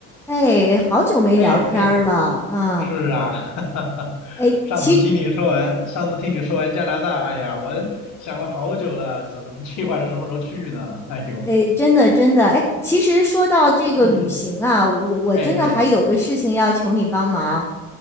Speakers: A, in the centre; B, on the left (about 45°).
A: 哎，好久没聊天儿了，
B: 哎哎，
A: 嗯，
B: 是啊，<laughs> 哈哈哈，
A: 哎，
B: 上次听你说完，
A: 其，
B: 上次听你说完加拿大，哎呀，我想了好久了，怎么计划着什么时候去呢？哎呦，
A: 哎，真的真的，哎，其实说到这个旅行啊，
B: 嗯嗯，
A: 我我真的还有个事情要求你帮忙，
B: 哎哎